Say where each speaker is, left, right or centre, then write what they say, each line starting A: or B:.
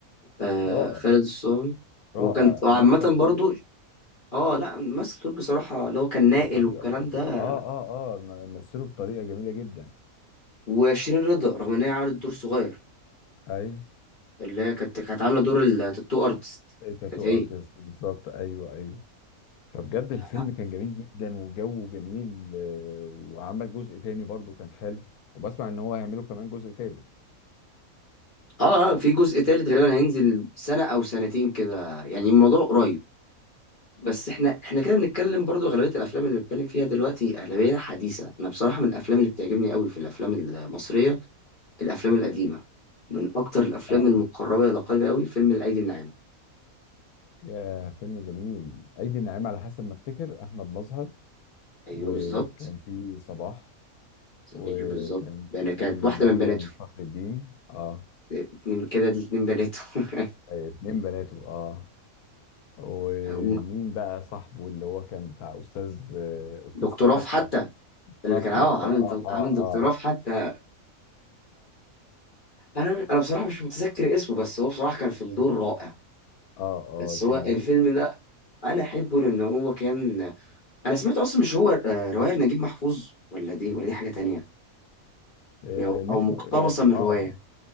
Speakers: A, on the left (about 40°); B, on the left (about 85°).
A: آه
B: رائع
A: خالد الصاوي وكانت
B: رائع
A: عامه
B: مثل دوره
A: برضو اه لا ممثل دور بصراحه اللي هو كان نائل
B: بطريقه
A: والكلام
B: اه
A: ده
B: اه اه مثله بطريقه جميله جدا
A: وشيرين رضا رغم ان هي عملت دور صغير
B: ايوه
A: اللي هي كانت كانت عامله دور التاتو ارتست
B: تاتو
A: كانت هي
B: ارتست بالظبط ايوه ايوه فبجد الفيلم
A: لا
B: كان جميل جدا وجوه جميل آه، وعمل جزء تاني برضو كان حلو وبسمع ان هو هيعملوا كمان جزء تالت
A: اه آه، في جزء تالت غالبا هينزل سنة او سنتين كده يعني الموضوع قريب بس احنا احنا كده بنتكلم برضو اغلبية الافلام اللي بنتكلم فيها دلوقتي اغلبية حديثة انا بصراحة من الافلام اللي بتعجبني قوي في الافلام المصرية الافلام القديمة من اكتر الافلام
B: اه
A: المقربة الى قلبي قوي فيلم الايدي الناعمة
B: يا فيلم جميل ايدي الناعمة على حسب ما افتكر احمد مظهر
A: ايوه
B: وكان
A: بالظبط
B: في صباح وكان
A: ايوه بالظبط ده انا
B: في
A: كانت واحدة
B: مريم
A: من بناته
B: فخر الدين اه
A: اتنين كده دي اتنين بناته <laughs>
B: آه، اتنين بناته اه ومين
A: هم
B: بقى صاحبه اللي هو كان بتاع استاذ استاذ
A: دكتور
B: في حتى
A: رف حتى اللي
B: راف
A: كان
B: حتى
A: اه عامل
B: اه
A: دك-
B: اه
A: عامل دكتور
B: اه
A: رف حتى انا انا بصراحه مش متذكر اسمه بس هو بصراحه كان في الدور رائع
B: اه
A: بس
B: اه
A: هو
B: كان جميل
A: الفيلم ده انا احبه لان هو كان انا سمعت اصلا مش هو آه، روايه نجيب محفوظ ولا دي ولا دي حاجه تانية
B: آه
A: او
B: مش
A: أو مقتبسه
B: م... يعني-
A: من
B: اه
A: روايه